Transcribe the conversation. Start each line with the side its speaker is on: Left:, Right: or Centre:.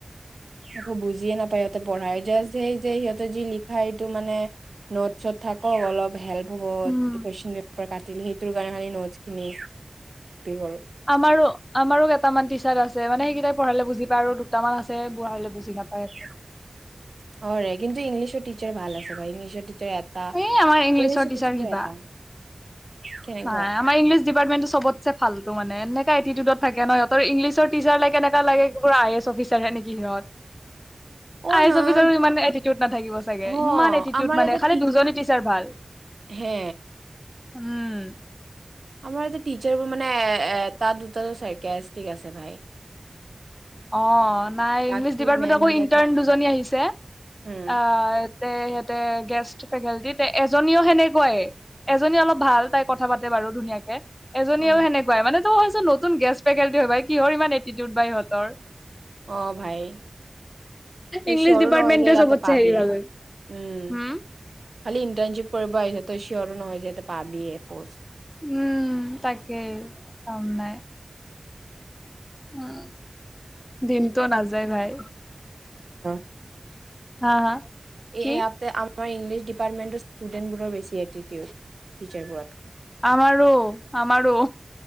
Right: একো বুজিয়ে নাপ সিহঁতে পঢ়ায় জাস্ট সেই যে সিহঁতে যি লিখা এইটো মানে নোট চত থাকে অলপ হেল্প হ'ব
Left: উম,
Right: কোৱেশ্চন পেপাৰ কা সেইটোৰ কাৰণে নোটচ খিনি কৰো
Left: আমাৰো, আমাৰো কেইামান টিচাৰ আছে মানে সেইকেইটাই পঢ়ালে বুজি আৰু দুটামান আছে বুজালে বুজি নাপায়
Right: <unintelligible>
Left: একো।
Right: অ'ৰে কিন্তু ইংলিছৰ টি টিছাৰ ভাল আছিলে ইংলিছৰ টি এটা,
Left: এই আমাৰ ইংলিছৰ
Right: ইংলিছ
Left: টিচাৰ
Right: টিচাৰো
Left: কিবা
Right: এটা। কেনেকুৱা
Left: নাই আমাৰ ইংলিছ ডিপাৰ্টমেণ্টো চবটছে ফালতো মানে এনেক কা এটিটিউডত থাকে নহ সিহঁতৰ ইংলিছৰ টিচাৰ লাগে নে কেনেকা লাগে কি পুৰা আই এছ এফিচাৰহে নেকি সিহঁত।
Right: অ
Left: আই
Right: নহয়
Left: এছ অফিচাৰো ইমান এটিটিউড নাথাকিব চাগে
Right: অ
Left: ইমান এটিটিউড
Right: আমাৰ
Left: মানে
Right: এটা
Left: খালি দুজনী টিচাৰ ভাল।
Right: হে
Left: উম।
Right: আমাৰ যে টিচাৰবোৰ মানে এ এটা দুটাটো চাইকেছটিক আছে ভাই।
Left: অ', নাই
Right: বাকী
Left: ইংলিছ ডিপাৰ্টমেণ্টত
Right: মেম
Left: আকৌ
Right: কেইটা
Left: ইণ্টাৰ্ণ
Right: ঠিক আছে
Left: দুজনী আহিছে
Right: উম
Left: অ' তাতে সিহঁতে গেষ্ট ফেকাল্টিত এজনীও সেনেকুৱাই এজনী অলপ ভাল তাই কথা পাতে বাৰু ধুনীয়াকে। এজনীয়েও
Right: অ
Left: সেনেকুৱাই মানে তো তো নতুন গেষ্ট ফেকাল্টি হয় ভাই কিহৰ ইমান এটিটিউড বা সিহঁতৰ।
Right: অ' ভাই, তই
Left: ইংলিছ
Right: ছিয়ৰো
Left: ডিপাৰ্টমেণ্টটোৱে
Right: নহয় যে ইয়াতে
Left: চবতছে
Right: পাবি
Left: হেৰি ভাবে
Right: উম
Left: হুম
Right: খালি ইণ্টাৰ্নশিপ কৰিব আহিছে তই ছিয়ৰো নহয় যে তই পাবিয়ে পোষ্ট।
Left: উম তাকেই কাম নাই। উম। দিনটো নাযায় ভাই।
Right: <unintelligible>
Left: হা হা।
Right: এ
Left: কি
Right: এয়াতে আম আমাৰ ইংলিছ ডিপাৰ্টমেন্টৰ ষ্টুডেণ্ট বোৰৰ বেছি এটিটিউড টিছাৰবোৰটকে।
Left: আমাৰো আমাৰো।